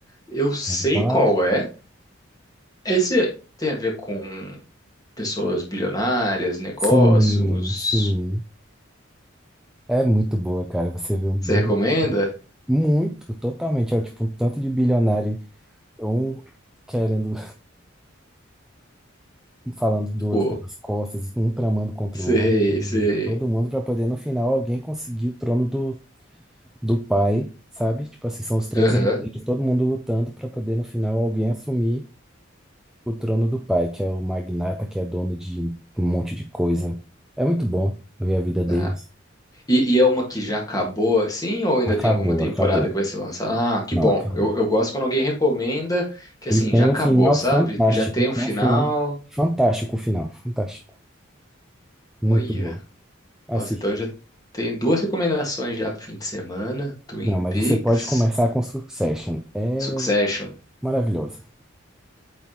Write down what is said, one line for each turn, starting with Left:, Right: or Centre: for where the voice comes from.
Left: Eu sei
Centre: Eu vou falar?
Left: qual é. Esse tem a ver com pessoas bilionárias, negócios.
Centre: Sim, sim. É muito boa, cara. Você vê um bando
Left: Você recomenda?
Centre: muito, totalmente, é tipo um tanto de bilionário, um querendo, <laughs> falando do outro
Left: Pô,
Centre: pelas costas, e um tramando contra
Left: sei,
Centre: o outro, e
Left: sei.
Centre: todo mundo pra poder, no final, alguém conseguir o trono do, do pai, sabe? Tipo assim, são os três
Left: Aham.
Centre: herdeiros, todo mundo lutando pra poder, no final, alguém assumir o trono do pai, que é o magnata, que é dono de um monte de coisa. É muito bom ver a vida deles.
Left: Tá. E, e é uma que já acabou assim, ou ainda
Centre: Acabou,
Left: tem alguma temporada
Centre: acabou.
Left: que vai ser lançada? Ah, que
Centre: Não,
Left: bom.
Centre: acabou.
Left: Eu, eu gosto quando alguém recomenda que assim,
Centre: E tem
Left: já acabou,
Centre: um final
Left: sabe?
Centre: fantástico.
Left: Já tem
Centre: E tem
Left: um final.
Centre: um final fantástico, o final. Fantástico. Muito
Left: Olha.
Centre: bom. Assista.
Left: Nossa, então eu já tenho duas recomendações já pro fim de semana: Twin
Centre: Não, mas
Left: Peaks,
Centre: você pode começar com Succession. É
Left: Succession.
Centre: maravilhosa.